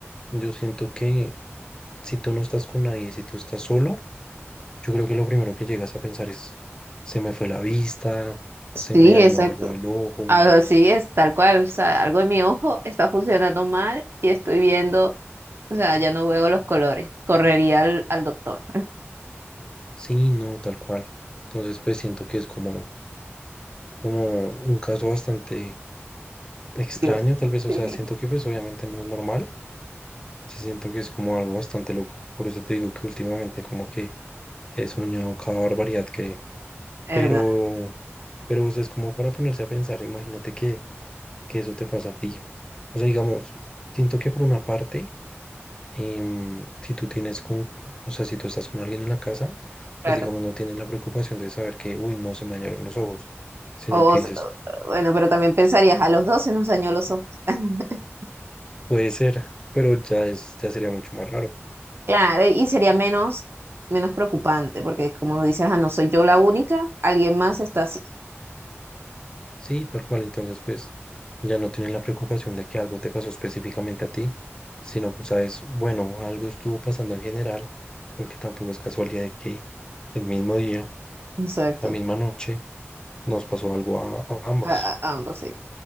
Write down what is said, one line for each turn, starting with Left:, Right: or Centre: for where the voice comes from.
Left: yo siento que si tú no estás con nadie, si tú estás solo, yo creo que lo primero que llegas a pensar es, se me fue la vista, se
Right: Sí,
Left: me dañó
Right: exacto.
Left: algo del ojo,
Right: Así es, tal cual, o sea, algo en mi ojo está funcionando mal y estoy viendo, o sea, ya no veo los colores, correría al, al doctor.
Left: sí, no, tal cual. Entonces, pues siento que es como, como un caso bastante extraño,
Right: Dios.
Left: tal vez, o
Right: <laughs> Sí.
Left: sea, siento que pues obviamente no es normal se siento que es como algo bastante loco. Por eso te digo que últimamente como que he soñado cada barbaridad que...
Right: ¿Verdad?
Left: Pero, pero o sea, es como para ponerse a pensar, imagínate que, que eso te pasa a ti. O sea, digamos, siento que por una parte, em, si tú tienes con, o sea, si tú estás con alguien en la casa,
Right: Claro.
Left: pues digamos, no tienes la preocupación de saber que, uy, no se me dañaron los ojos, sino
Right: O,
Left: que
Right: o-
Left: dices,
Right: bueno, pero también pensarías, a los 12 nos dañó los ojos. <laughs>
Left: puede ser, pero ya es, ya sería mucho más raro.
Right: Claro, y sería menos, menos preocupante, porque como dices, ah, no soy yo la única, alguien más está así.
Left: Sí, tal cual. Entonces, pues ya no tienes la preocupación de que algo te pasó específicamente a ti, sino, pues, sabes, bueno, algo estuvo pasando en general, porque tampoco es casualidad de que el mismo día,
Right: Exacto.
Left: la misma noche, nos pasó algo a, a ambos.
Right: A- a- ambos, sí.